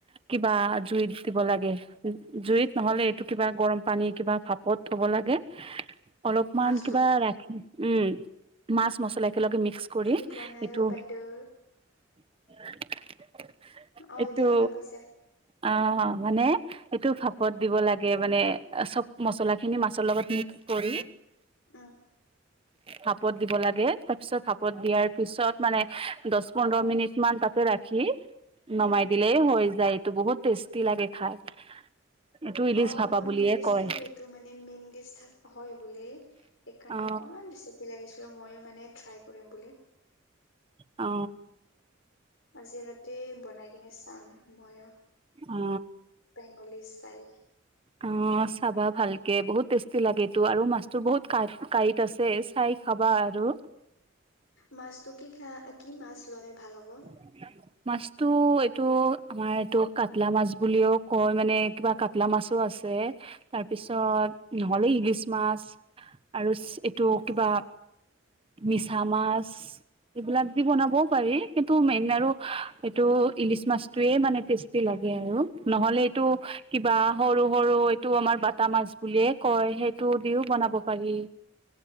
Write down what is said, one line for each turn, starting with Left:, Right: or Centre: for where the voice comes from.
Right: কিবা জুইত দিব লাগে জুইত
Left: উম
Right: নহলে এইটো। কিবা গৰম পানী কিবা ভাপত থব লাগে অলপমান
Left: মাছটো
Right: কিবা ৰাখি। উম মাছ মছলা একেলগে মিক্স কৰি
Left: শুনি পোৱা নাই
Right: এইটো
Left: অ বাইদেউ।
Right: <unintelligible>
Left: অ
Right: এইটো
Left: এতিয়া শুনা পাইছে।
Right: অ মানে এইটো ভাপত দিব লাগে মানে চব মছলা খিনি মাছৰ লগত নি। কৰি।
Left: উম।
Right: ভাপত দিব লাগে তাৰ পিছত ভাপত দিয়াৰ পিছত। মানে দছ পোন্ধৰ মিনিট মান তাতে ৰাখি নমাই
Left: উম
Right: দিলেই হৈ যায়। টো বহুত টেষ্টি লাগে খাই। এইটো ইলিচ
Left: অ
Right: ভাপা
Left: মই
Right: বুলিয়ে
Left: শুনিছিলো
Right: কয়
Left: এইটো মানে মেনডেজ থ হয় বুলি সেইকাৰণে
Right: অ
Left: অকমান। ইমান ৰেচিপি লাগিছিলো মইয়ো মানে ট্ৰাই কৰিম বুলি।
Right: অ।
Left: আজি ৰাতি টেই বনাই কিনে চাম মইয়ো
Right: অ
Left: বেংগলী ষ্টাইল।
Right: অ চাবা ভালকে বহুত টেষ্টি লাগেটো আৰু মাছতো বহুত কা কাইত আছে চাই খাবা বা আৰু
Left: মাছতটো কি খা কি মাছ ল'লে ভাল হ'ব।
Right: উম মাছটো এইটো আমাৰ এইটো কাটলা মাছ বুলিও কয় মানে কিবা কাটলা মাছো আছে। ছে তাৰপিছত নহ'লে ইলিছ মাছ আৰু এইটো কিবা
Left: উম
Right: মিছা মাছ এইবিলাক দি বনাবও পাৰি কিন্তু টো মেইন আৰু এইটো ইলিচ মাছ টোয়ে মানে টেষ্টি লাগে আৰু নহলে এইটো কিবা সৰু সৰু এইটো আমাৰ বটা মাছ বুলিয়ে কয় সেইটো দিও বনাব পাৰি।